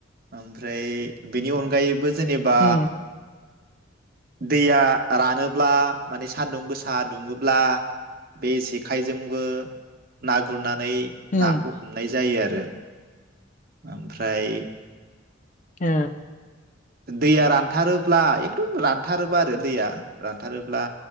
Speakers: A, on the right (about 50°); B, on the left (about 40°).
A: ओमफ्राय बेनि अनगायैबो जेनेबा
B: उम
A: दैया रानोब्ला माने सान्दुं गोसा दुंङोब्ला बे जेखाइजोंबो ना गुरनानै। नै
B: उम
A: नाखौ हमनाय। जायो आरो ओमफ्राय
B: ओ।
A: दैया रानथारोब्ला एकदम रानथारोबा आरो दैया रानथारोब्ला